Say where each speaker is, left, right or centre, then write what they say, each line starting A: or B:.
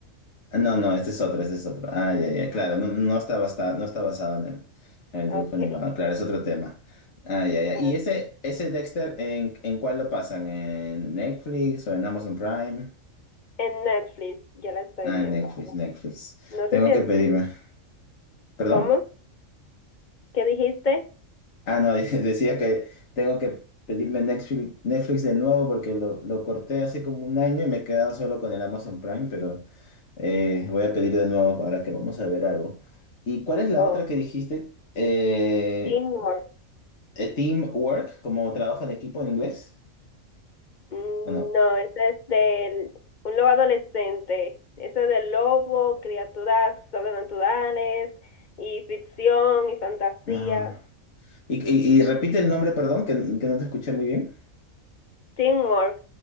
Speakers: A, on the left; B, on the left.
A: Ah, No, no, este es otro, este es otro. Ah, ya, ya, claro, no, no está basta- no está basado en el, en el
B: okay
A: dibujo animado, claro, es otro tema. Ah, ya, ya.
B: bueno.
A: ¿Y ese, ese Dexter, en, en cuál lo pasan? ¿En Netflix o en Amazon Prime?
B: En Netflix ya la estoy
A: Ah,
B: viendo.
A: en Netflix, Netflix.
B: No
A: Tengo
B: sé si es...
A: que pedirme. ¿Perdón?
B: ¿Cómo? ¿Qué dijiste?
A: Ah, no, <laughs> decía que tengo que pedirme Netflix, Netflix de nuevo porque lo, lo corté hace como un año y me he quedado solo con el Amazon Prime, pero... Eh, voy a pedir de nuevo ahora que vamos a ver algo. ¿Y cuál es la
B: Oh,
A: otra que dijiste? Eh,
B: Teen Wolf.
A: eh, teamwork, como trabajo en equipo en inglés.
B: Mm,
A: Bueno,
B: No, ese es de un lobo adolescente. Ese es de lobo, criaturas sobrenaturales y ficción y fantasía.
A: ah. y, y- y repite el nombre, perdón, que, que no te escuché muy bien.
B: Teen Wolf,